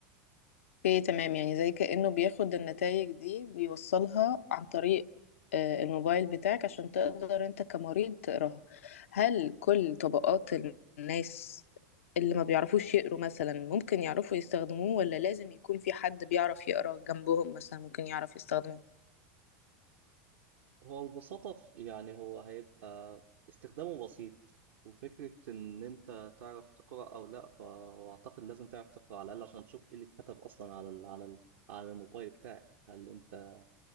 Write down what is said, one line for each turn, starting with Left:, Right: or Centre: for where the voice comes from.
Left: اوكي تمام يعني زي كأنه بياخد النتائج دي ويوصلها عن طريق آه، الموبايل بتاعك عشان تقدر انت كمريض تقراها هل كل طبقات الناس اللي ما بيعرفوش يقروا مثلا ممكن يعرفوا يستخدموه ولا لازم يكون في حد بيعرف يقرا جنبهم مثلا ممكن يعرف يستخدمه
Right: هو ببساطة ف- يعني هو هيبقى استخدامه بسيط وفكرة إن أنت تعرف تقرأ أو لأ فهو أعتقد لازم تعرف تقرأ على الأقل عشان تشوف إيه اللي اتكتب أصلا على ال على ال على الموبايل بتاعك هل أنت